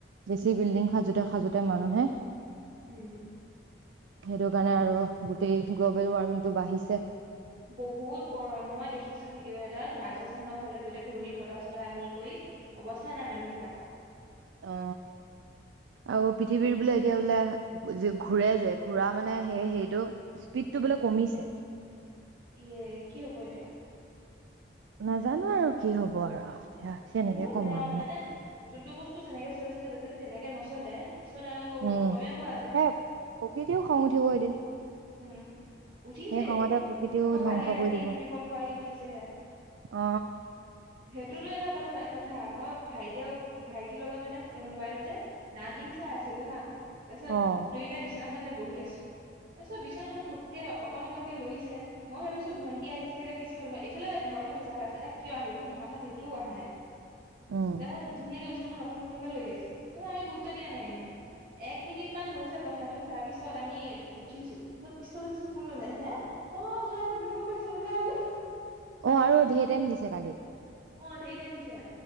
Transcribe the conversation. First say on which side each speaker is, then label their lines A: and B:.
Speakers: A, on the right; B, on the right.
A: বেছি বিল্ডিং সাজোতে সাজোতে মানুহে
B: উম
A: সেইটো কাৰণে আৰু গোটেই গ্ল'বেল ৱাৰ্মিং টো বাঢ়িছে
B: বহুত গৰম মই দেখিছো ভিডিঅ' এটাত ৰাজস্থানৰ ফালে তে ঘূৰ্ণি বতাহ চতাহ আহি গৈ অৱস্থা নাই মানুহ বিলাক
A: অ আৰু পৃথিৱীৰ বোলে এতিয়া বোলে ঘূৰে যে ঘূৰা মানে সেই হেৰিটো স্পীডটো
B: উম
A: বোলে কমিছে
B: ইয়ে কি হব এতিয়া
A: নাজানো আৰু কি হব আৰু এতিয়া কেনেকে
B: বহুত
A: কম
B: বেয়া
A: আৰু ন
B: মানে যোনটো বস্তু যেনেকে চলি থাকে যদি তেনেকে নচলে পিছত আৰু
A: উম
B: গমেই
A: সে
B: পোৱা যায়
A: প্ৰকৃতিও খং উঠিব এদিন
B: উম উঠিছেই
A: সেই খঙতে প্ৰকৃতিও
B: আকৌ
A: ধ্বংস
B: কালি ৰাতি
A: কৰি দিব।
B: ভূমিকম্প আহি উঠিছেহে
A: অ
B: সেইটোতো এটা কথা কথা মই ভাইটিয় ভাইটিৰ লগত মানে মোবাইলতে নাগিন চাই আছিলো হা তাৰ পিছত
A: উম
B: দুয়োটাই বিচনাখনতে বহি আছো তাৰপিছত বিছনাখন ঘটকে অকণ অকনকে লৈছে মই ভাবিছো ভণ্টি আহিলচাগে পিছ ফালে এইফালে ঘৰতো মোচা হৈ আছে তাক কিয় আহিব মোৰ মাথাত সেইটোও অহা নাই
A: উম
B: এ ধুনীয়াকে বিছনা অকনকে লৈ আছে ন আমি গুৰুত্ব দিয়া নাই ইমান এক মিনিট কিমান হৈছে কথাটো তাৰ পিছত আমি উঠিছো তত পিছফালে চাইছোঁ কোনো নাই হা অ ভাইটি ভুমিকম্প আহিছে ওলা ওলা
A: অ আৰু ধেই টাইম দিছে কালি
B: অ ধেই টাইম দিছে